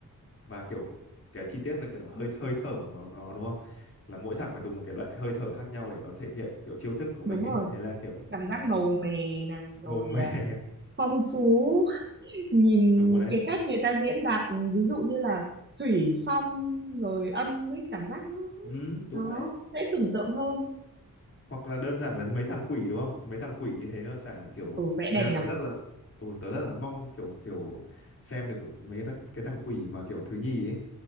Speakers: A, on the left; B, on the right.
A: và kiểu cái chi tiết là kiểu hơi hơi thở của nó đúng không là mỗi thằng phải dùng một cái loại hơi thở khác nhau để nó thể hiện kiểu chiêu thức của
B: đúng
A: mình ấy
B: rồi
A: thế là kiểu
B: cảm
A: ừ,
B: giác màu mè này rồi
A: màu mè
B: ờ,
A: <laughs>
B: phong phú <laughs> nhìn
A: đúng rồi đấy
B: cái cách người ta diễn đạt ví dụ như là thủy phong rồi âm ấy cảm giác nó
A: ừ, đúng
B: nó
A: rồi đấy
B: dễ tưởng tượng hơn
A: hoặc là đơn giản là mấy thằng quỷ đúng không mấy thằng quỷ như thế nó chả kiểu
B: ừ vẽ đẹp
A: nên là
B: nhỉ
A: tớ rất là ừ, tớ rất là mong kiểu kiểu xem được kiểu mấy cái, thằng- cái thằng quỷ mà kiểu thứ nhì ấy